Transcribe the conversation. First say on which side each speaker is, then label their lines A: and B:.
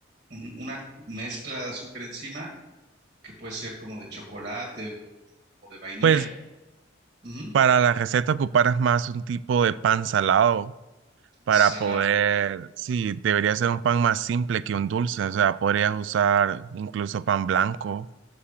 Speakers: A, on the right (about 45°); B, on the right (about 70°).
A: un- una mezcla de azúcar encima, que puede ser como de chocolate o, o de vainilla,
B: Pues
A: Ujú,
B: para la receta ocuparás más un tipo de pan salado. para
A: salado.
B: poder, sí, debería ser un pan más simple que un dulce, o sea, podrías usar incluso pan blanco